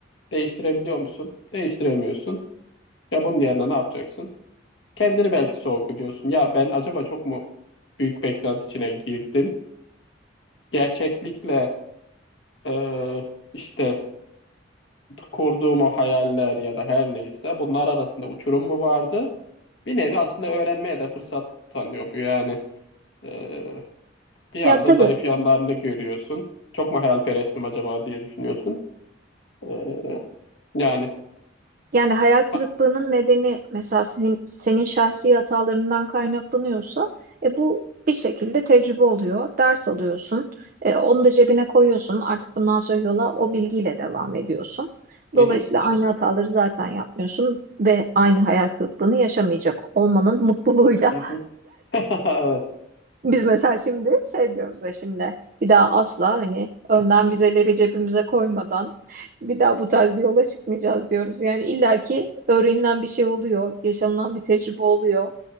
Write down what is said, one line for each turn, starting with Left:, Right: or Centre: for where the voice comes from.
Left: Değiştirebiliyor musun? Değiştiremiyorsun. Ya bunun yerine ne yapacaksın? Kendini belki sorguluyorsun. Ya ben acaba çok mu büyük beklenti içine girdim? Gerçeklikle e, işte kurduğum o hayaller ya da her neyse bunlar arasında uçurum mu vardı? Bir nevi aslında öğrenmeye de fırsat tanıyor bu yani. E, bir
Right: Ya
Left: anda
Right: tabii.
Left: zayıf yanlarını görüyorsun. Çok mu hayalperestim acaba diye düşünüyorsun. E, yani.
Right: Yani hayal kırıklığının
Left: Ha,
Right: nedeni mesela senin, senin şahsi hatalarından kaynaklanıyorsa e, bu bir şekilde tecrübe oluyor. Ders alıyorsun. E, onu da cebine koyuyorsun. Artık bundan sonra yola o bilgiyle devam ediyorsun.
Left: Hı
Right: Dolayısıyla
Left: hı,
Right: aynı hataları zaten yapmıyorsun ve aynı hayal kırıklığını yaşamayacak olmanın mutluluğuyla
Left: hı hı. <laughs> Evet,
Right: biz mesela şimdi şey diyoruz eşimle bir daha asla hani önden vizeleri cebimize koymadan bir daha bu tarz bir yola çıkmayacağız diyoruz. Yani illaki öğrenilen bir şey oluyor, yaşanılan bir tecrübe oluyor.